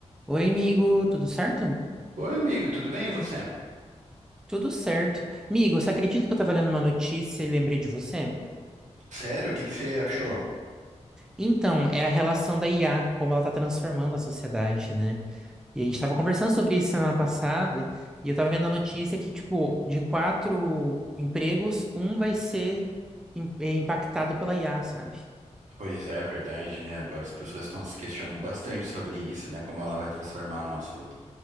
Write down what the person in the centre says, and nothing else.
Oi, amigo, tudo certo?
Tudo certo. Amigo, você acredita que eu estava lendo uma notícia e lembrei de você?
Então, é a relação da IA, como ela está transformando a sociedade, né? E a gente estava conversando sobre isso semana passada, e eu estava vendo a notícia que, tipo, de quatro empregos, um vai ser im- é, impactado pela IA, sabe?